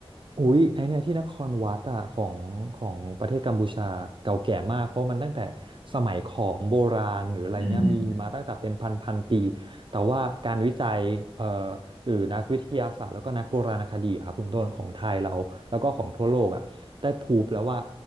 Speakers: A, on the right; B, in the centre.
A: อุ๊ยไอเนี่ยที่นครวัดอ่ะของของประเทศกัมพูชาเก่าแก่มากเพราะมันตั้งแต่สมัยขอมโบราณหรืออะไรเงี้ยมีมาตั้งแต่เป็นพันพันปี
B: อืม
A: แต่ว่าการวิจัยเอ่อหรือนักวิทยาศาสตร์แล้วก็นักโบราณคดีอะครับคุณต้นของไทยเราแล้วก็ของทั่วโลกอ่ะได้พรูฟแล้วว่า